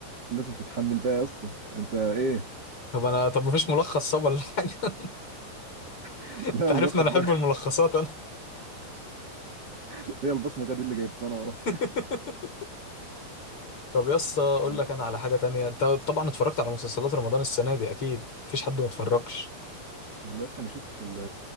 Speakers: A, on the right (about 40°); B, on the left (about 30°).
A: لازم تتحمل بقى يا اسطى انت ايه
B: طب انا طب ما فيش ملخص صب ولا حاجه <laughs>
A: <laughs>
B: انت
A: لا
B: عارفني
A: ملخص
B: انا احب
A: بقى
B: الملخصات انا
A: <laughs> هي البصمه دي اللي جايبها انا وراها
B: <laughs> طب يا اسطى اقول
A: آه،
B: لك انا على حاجه تانية انت طبعا اتفرجت على مسلسلات رمضان السنه دي اكيد مفيش حد ما اتفرجش
A: والله لسه ما شفتش ال